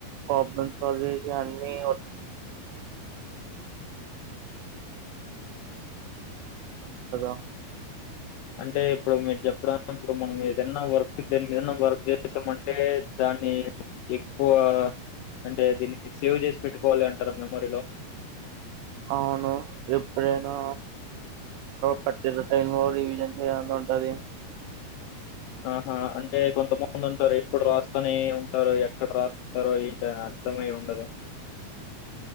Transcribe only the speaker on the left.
అంటే ఇప్పుడుమీరు చెప్పడం ఇప్పుడు మనం ఏదన్నా వర్క్ దాని మీదన్నా వర్క్ చేసామంటే దాన్ని ఎక్కువ అంటే దీన్ని సేవ్ చేసి పెట్టుకోవాలి అంటారు మెమోరీలో
ఆహా అంటే కొంతమంది ఉంటారు ఎప్పుడు రాస్తానే ఉంటారు ఎక్కడ రాస్తరో <unintelligible> అర్థమై ఉండదు